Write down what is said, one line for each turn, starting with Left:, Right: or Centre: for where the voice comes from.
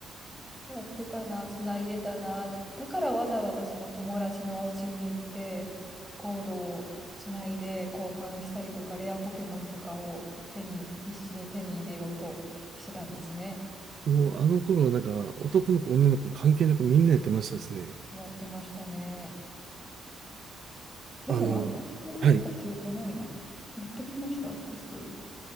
Centre: やってたな、つないでたな。だからわざわざその友達のお家に行って、コードをつないで交換したりとか、レアポケモンとかを手に、必死に手に入れようとしてたんですね。
Right: <laughs> もうあの頃はなんか、男の子、女の子関係なくみんなやってましたですね。
Centre: やってましたね。でも学校に持ってった記憶ないな。
Right: あの、はい。
Centre: 持ってきましたこっそり。